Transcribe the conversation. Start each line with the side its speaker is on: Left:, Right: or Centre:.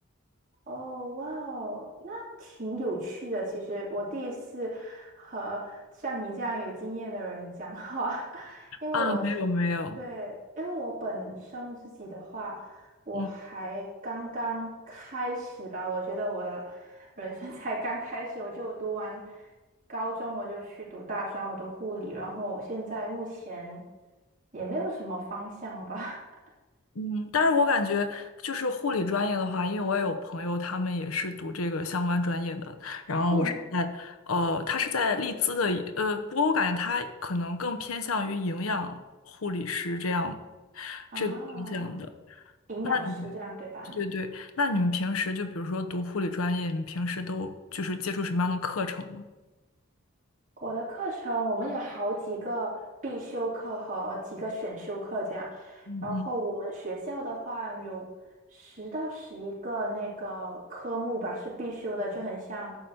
Right: 哦，哇哦，那挺有趣的。其实我第一次和像你这样有经验的人讲话，<laughs> 因为我是，
Left: 啊，没有没有，
Right: 对，因为我本身自己的话，我还刚刚开始吧。
Left: 嗯。
Right: 我觉得我的人生才刚开始，我就读完高中，我就去读大专，我读护理，然后现在目前也没有什么方向吧。
Left: 嗯，但是我感觉就是护理专业的话，因为我也有朋友，他们也是读这个相关专业的。然后我是在，
Right: <laughs> 嗯，
Left: 呃，他是在利兹的一呃，不过我感觉他可能更偏向于营养护理师这样
Right: 啊，
Left: 这个方向的。
Right: 营养师这样对吧？
Left: 那你们，对对，那你们平时就比如说读护理专业，你们平时都就是接触什么样的课程呢？
Right: 我的课程我们有好几个必修课和几个选修课这样，
Left: 嗯嗯。
Right: 然后我们学校的话有十到十一个那个科目吧是必修的，就很像